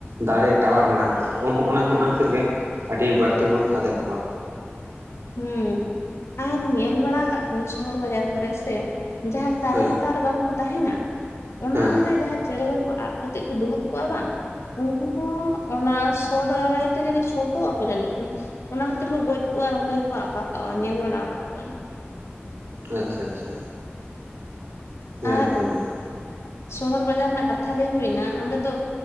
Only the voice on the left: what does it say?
ᱦᱮᱸ ᱟᱨ ᱧᱮᱞ ᱵᱟᱲᱟᱜ ᱠᱚᱣᱟᱝ ᱥᱚᱦᱚᱨ ᱵᱟᱡᱟᱨ ᱠᱚᱨᱮ ᱥᱮ ᱡᱟᱦᱟᱸ ᱠᱟᱨᱮᱱᱴᱼᱼ
ᱛᱟᱨ ᱵᱟᱝ ᱠᱚ ᱛᱟᱦᱮᱸᱱᱟ, ᱚᱱᱟ
ᱨᱮ ᱡᱟᱦᱟᱸ ᱪᱮᱸᱬᱮ ᱠᱚ ᱠᱚ ᱟᱵᱽ ᱠᱟᱛᱮᱼᱼ ᱫᱩᱲᱩᱵ ᱠᱚᱜᱼᱟ ᱵᱟᱝ ᱩᱱᱠᱩ ᱦᱚᱸ ᱚᱱᱟᱼᱼ ᱥᱚᱴ ᱫᱟᱨᱟᱭ ᱛᱮ ᱡᱟᱹᱱᱤᱡ ᱥᱚᱴᱚᱜ ᱟᱠᱚ ᱡᱟᱹᱱᱤᱡ ᱠᱷᱟᱱ ᱚᱱᱟ ᱠᱷᱟᱹᱛᱤᱨ ᱠᱚ ᱜᱚᱡ ᱠᱚᱜᱼᱟ ᱚᱸᱰᱮᱼᱼ ᱟᱠᱟᱣᱟ ᱧᱮᱞ ᱵᱟᱲᱟ ᱟᱠᱚᱣᱟᱧ
ᱟᱨ
ᱥᱚᱦᱚᱨ ᱵᱟᱡᱟᱨ ᱨᱮᱱᱟᱜ ᱠᱟᱛᱷᱟ ᱞᱟᱹᱭ ᱦᱩᱭᱱᱟ ᱚᱸᱰᱮ ᱫᱚᱼᱼ